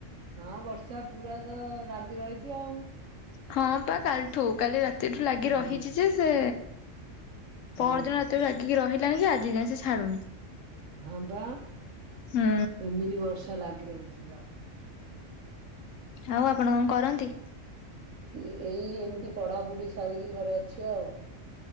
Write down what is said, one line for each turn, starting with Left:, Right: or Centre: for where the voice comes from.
Right: ହଁ ବର୍ଷା ପୁରା ତ ଲାଗି ରହିଚି ଆଉ।
Left: ହଁ ପା କାଲିଠୁ କାଲି ରାତିଠୁ ଲାଗି
Right: ହୁଁ
Left: ରହିଛି ଯେ ସେ
Right: ହୁଁ
Left: ପଅରଦିନ ରାତି ଲାଗିକି ରହିଲାଣି ଯେ ଆଜି ଯାଏଁ ସିଏ ଛାଡୁନେହିଁ।
Right: ହଁ ପା
Left: ହୁଁ
Right: ଏମିତି ବର୍ଷା ଲାଗି ରହିଛି ପୁରା।
Left: ଆଉ ଆପଣ କଣ କରନ୍ତି?
Right: ଇ ଏଇ ଏମିତି ପଢାପୁଢି ସାରିକି ଘରେ ଅଛି ଆଉ।